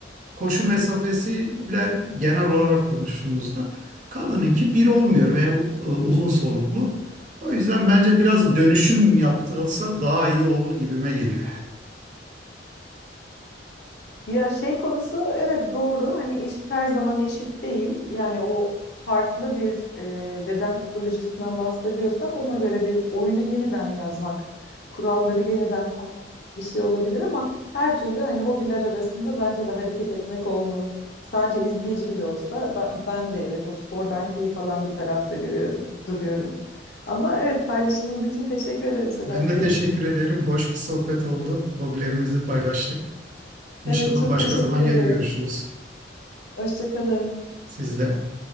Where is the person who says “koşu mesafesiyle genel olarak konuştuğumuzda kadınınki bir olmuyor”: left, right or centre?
Right